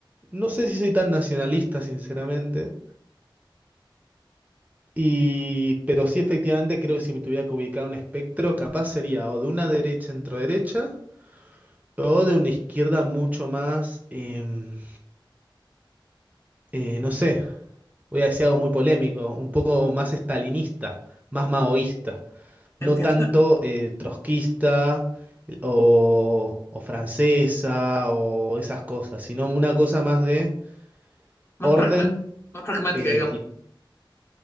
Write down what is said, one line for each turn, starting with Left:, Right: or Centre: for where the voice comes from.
Right: No sé si soy tan nacionalista, sinceramente. Y, pero sí, efectivamente, creo que si me tuviera que ubicar un espectro, capaz sería o de una derecha centro-derecha o de una izquierda mucho más, em, eh, no sé, voy a decir algo muy polémico, un poco más estalinista, más maoísta.
Left: Entiendo.
Right: no tanto
Left: <laughs>
Right: eh, trotskista eh, o, o francesa o esas cosas, sino una cosa más de
Left: Más
Right: orden.
Left: pragmática, más pragmática,
Right: eh,
Left: digamos.
Right: y,